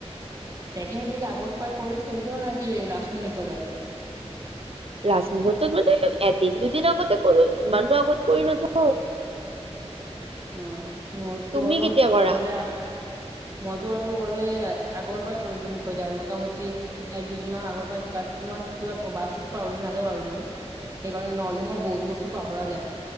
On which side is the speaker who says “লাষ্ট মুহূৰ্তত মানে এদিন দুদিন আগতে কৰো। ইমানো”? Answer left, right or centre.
Right